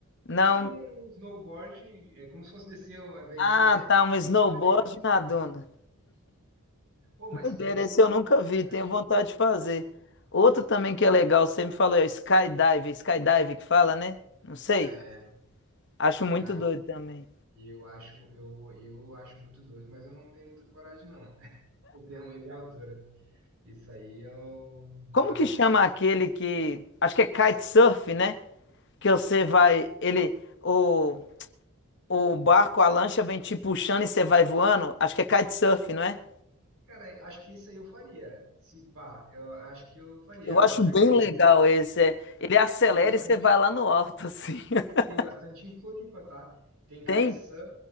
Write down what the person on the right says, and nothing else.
É tipo um snowboard, é como se fosse descer ao invés
de neve,
é areia.
Ô, mas
pensa
num
negócio
cansativo.
É,
cara,
eu acho, eu, eu acho muito doido, mas eu não tenho muita coragem, não. <laughs> Eu tenho medo de altura. Isso aí eu.
Ah,
cara, acho que isso aí eu faria. Se pá, eu acho que eu faria,
eu acho
legal.
Tem,
tem bastante,
tem bastante em Floripa, tá? Tem kitesurf,